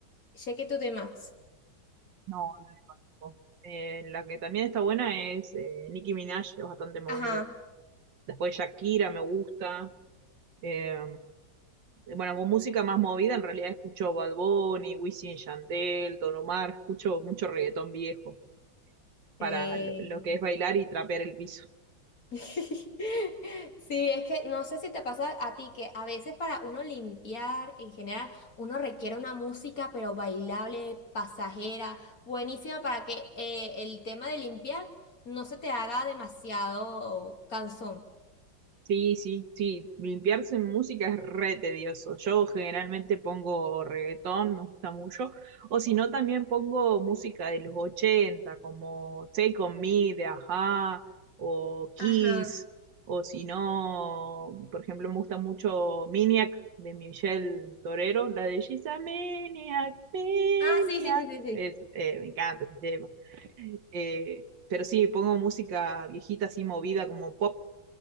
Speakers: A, on the left; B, on the right.
A: Sé que tú te Max.
B: no, no la conozco. Eh, la que también está buena es eh, Nicki Minaj, es bastante movido.
A: Ajá.
B: Después Shakira me gusta. Eh, bueno, con música más movida, en realidad escucho Bad Bunny, Wisin y Yandel, Don Omar, escucho mucho reggaetón viejo para
A: eh.
B: lo, lo que es bailar y trapear el piso.
A: <laughs> Sí, es que no sé si te pasa a ti que a veces para uno limpiar en general, uno requiere una música pero bailable, pasajera, buenísima para que eh, el tema de limpiar no se te haga demasiado cansón.
B: Sí, sí, sí, limpiarse en música es re tedioso. Yo generalmente pongo reggaetón, me gusta mucho. O si no, también pongo música de los 80, como Take On Me de Ajá, o Kiss.
A: Ajá.
B: O si no, por ejemplo, me gusta mucho Maniac de Michelle Torero, la de She's a Maniac, Maniac.
A: Ah, sí, sí, sí, sí, sí.
B: Es, eh, me encanta ese tema. Eh, pero sí, pongo música viejita así movida como pop